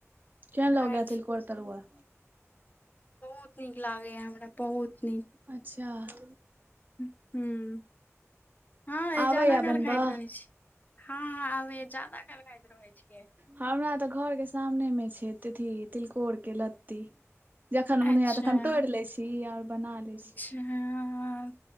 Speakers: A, on the right; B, on the left.
A: केहन
B: खाइ
A: लगैए
B: छी
A: तिलकोर तरुआ?
B: बहुत नीक लागेया हमरा बहुत नीक।
A: अच्छा- -
B: उहु, हँ
A: आबैए
B: जादा काल
A: बनबऽ
B: खाइत रहै छी। हँ- हँ अभी जदा खल खाइत रहे छियै।
A: हमरा तऽ घरके सामनेमे छै तथि तिलकोरके लत्ती- - जखन मोन
B: अच्छा
A: होय तखन तोड़ि लै छी और बना लै छी।
B: ह-